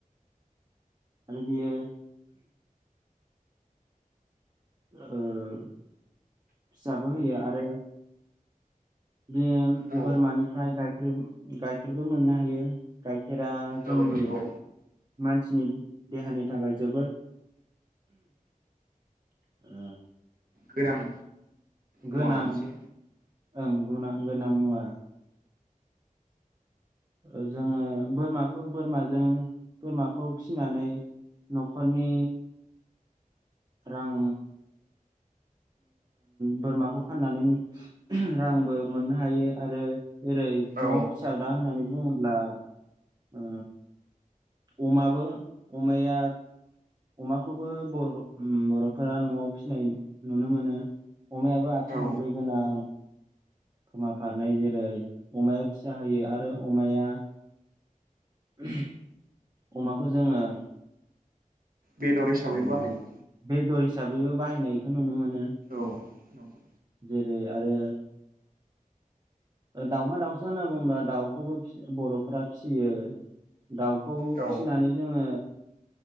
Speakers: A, on the right; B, on the right.
A: आरो बियो ओ फिसाबो होयो आरो बे
B: औ
A: बोरमानिफ्राय गायखेर गाइखेरबो मोननो हायो गाइखेरा जोंनि
B: औ नंगौ
A: मानसिनि देहानि थाखाय जोबोद ओ
B: गोनां
A: गोनां
B: मुवा मोनसे
A: ओं गोनां गोनां मुवा। ओ जोङो बोरमाखौ बोरमाजों बोरमाखौ फिनानै न'खरनि रां बोरमाखौ फाननानै रांबो मोननो हायो आरो ओेरै न'आव
B: औ
A: फिसाग्रा होननानै बुङोब्ला ओ अमाबो अमाया अमाखौबो बर बर'फोरा न'आव फिसिनाय नुनो मोनो। अमायाबो आथिं
B: औ
A: थोंब्रै गोनां खोमा फारनै जेरै अमाया फिसा होयो आरो अमाया <unintelligible> अमाखौ जोङो
B: बेदर हिसाबै
A: ओ
B: बाहायो।
A: बेदर हिसाबैबो बाहायनायखौ नुनो मोनो।
B: औ नंगौ
A: जेरै आरो दाउमा दाउसा होनना बुंबा दाउखौबो बर'फोरा फिसियो। दाउखौ
B: औ
A: फिसिनानै जोङो